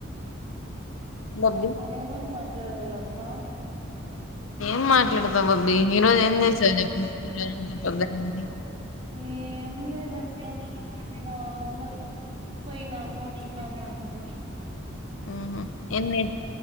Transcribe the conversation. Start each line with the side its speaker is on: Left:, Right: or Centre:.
Left: బబ్బీ
Right: ఏమని మాట్లాడల్ల అక్కా
Left: ఏం మాట్లాడతావు బబ్బీ ఈ రోజు ఏం చేసావు చెప్పు పొద్దున నుండీ
Right: ఏం లేదక్క నార్మల్ పోయినాము వచ్చినాము అంతే
Left: ఉహూ ఎన్నేటి